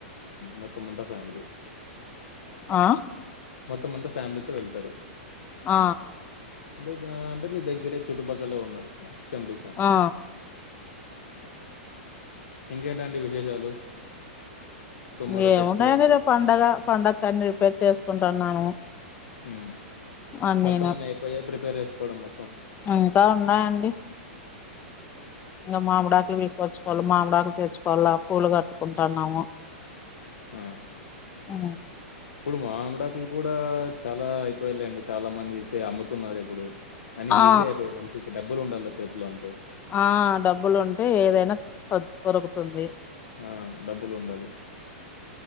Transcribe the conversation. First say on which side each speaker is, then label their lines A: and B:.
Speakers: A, on the left (about 80°); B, on the left (about 25°).
A: మొత్తం మంతా ఫ్యామిలీ
B: ఆ
A: మొత్తమంత ఫ్యామిలీతొ వెళ్తారు
B: ఆ
A: అంటే అంటే మీ దగ్గరే చుట్టుపక్కల ఉన్నట్టున్నాయి టెంపుల్స్ హు
B: ఆ
A: ఇంకేంటండి విశేషాలు టుమారో
B: ఇంగ
A: ఫెస్టివల్.
B: ఏముంటాయండి రేపు పండగ పండకన్ని రిపేర్ చేసుకుంటున్నాను
A: హు
B: అన్నీను
A: మొత్తం అన్ని అయిపోయ ప్రిపేర్ చేసు కొడము
B: ఇంకా ఉన్నాయండి ఇంకా మామిడాకులు వీకొచ్చుకోవలి మామిడాకులు తెచ్చుకోవాలి పూలు కట్టుకుంటున్నాము
A: హ్మ్. ఆ!
B: అ
A: ఇప్పుడు మా ఆమిడాకులు కూడా చాలా అయిపోయయి లేండి చాలా మంది సే అమ్ముతున్నారు ఇప్పుడు అని
B: ఆ ఆ
A: ఈజీ అయిపోయయి మనిషకి డబ్బులు ఉండాలచ్చి చేతులో అంతే
B: ఆ డబ్బులు ఉంటే ఏదైనా దొరుకుతుంది
A: ఆ డబ్బులు ఉండాలి